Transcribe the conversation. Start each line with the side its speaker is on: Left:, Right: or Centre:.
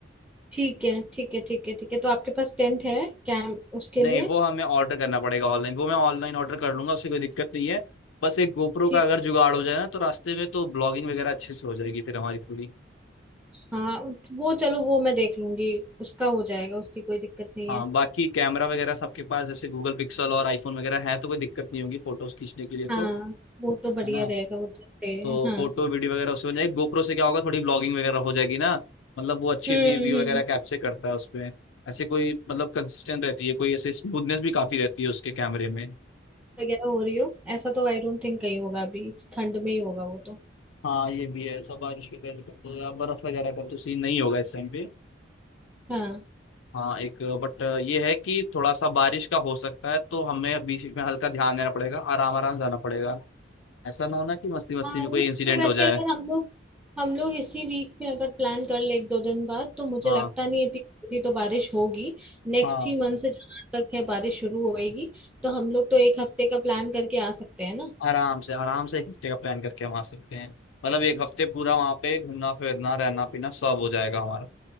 Centre: ठीक है ठीक है ठीक है ठीक है तो आपके पास टेंट है कैंप उसके
Left: नहीं
Centre: लिए
Left: वो हमें ऑर्डर करना पड़ेगा ऑनलाइन वो मैं ऑनलाइन ऑर्डर कर लूंगा उससे कोई दिक्कत नहीं है बस एक गोप्रो
Centre: ठीक
Left: का अगर जुगाड़ हो जाए ना तो रास्ते में तो ब्लॉगिंग वगैरह अच्छे से हो जाएगी फिर हमारी पूरी
Centre: हाँ वो चलो वो मैं देख लूंगी उसका हो जाएगा उसकी कोई दिक्कत नहीं
Left: हाँ
Centre: है
Left: बाकी कैमरा वगैरह सबके पास जैसे गूगल पिक्सल और आईफोन वगैरह है तो कोई दिक्कत नहीं होगी फोटोज खींचने के लिए तो
Centre: हाँ वो तो बढ़िया
Left: है ना
Centre: रहेगा वो तो रहेगा
Left: तो
Centre: हाँ
Left: फोटो वीडियो वगैरह उससे हो जाएगी गोप्रो से क्या होगा थोड़ी ब्लॉगिंग वगैरह हो जाएगी ना मतलब वो अच्छी
Centre: हम्म
Left: सी व्यू
Centre: हम्म
Left: वगैरह कैप्चर करता है उसमें ऐसे कोई मतलब कंसिस्टेंट रहती है कोई ऐसे स्मूथनेस भी काफी रहती है उसके कैमरे में
Centre: वगैरह हो रही हो ऐसा तो आई डोंट थिंक कहीं होगा अभी ठंड में ही होगा वो तो
Left: हाँ ये भी है सब बारिश के कारण तो या बर्फ वगैरह का तो सीन नहीं होगा इस टाइम पे
Centre: हाँ
Left: हाँ एक बट ये है कि थोड़ा सा बारिश का हो सकता है तो हमें बीच बीच में हल्का ध्यान देना पड़ेगा आराम आराम जाना पड़ेगा ऐसा ना होना कि मस्ती मस्ती
Centre: हाँ
Left: में
Centre: लिस्ट
Left: कोई इंसिडेंट
Centre: तो वैसे
Left: हो जाए
Centre: अगर हम लोग हम लोग इसी वीक में अगर प्लान कर ले एक दो दिन बाद तो मुझे
Left: हाँ
Centre: लगता नहीं है इतनी जल्दी तो बारिश होगी नेक्स्ट
Left: हाँ
Centre: ही मंथ से जहाँ तक है बारिश शुरू होएगी तो हम लोग तो एक हफ्ते का प्लान करके आ सकते हैं ना
Left: आराम से आराम से एक हफ्ते का प्लान करके हम आ सकते हैं मतलब एक हफ्ते पूरा वहाँ पे घूमना फिरना रहना पीना सब हो जाएगा हमारा